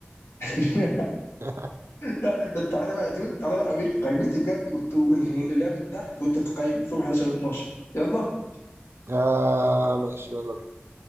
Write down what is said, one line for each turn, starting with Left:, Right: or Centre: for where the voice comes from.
Left: <laughs>
Right: <laughs>
Left: لا طب تعالى بقى يا دود تعالى بقى اوريك قائمتي بجد واللعب من تحت وانت تقيمي فيهم 11 و 12 يلا
Right: آه ماشي يلا بينا